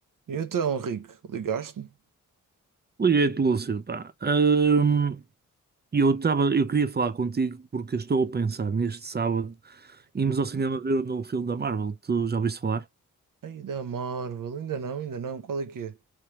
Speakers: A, on the right (about 70°); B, on the right (about 30°).
A: E então, Henrique, ligaste-me?
B: Liguei-te, Lúcio, pá. Hum, eu tava, eu queria falar contigo porque estou a pensar neste sábado irmos
A: Hum.
B: ao cinema ver o novo filme da Marvel. Tu já ouviste falar?
A: Ei, da Marvel, ainda não, ainda não, qual é que é?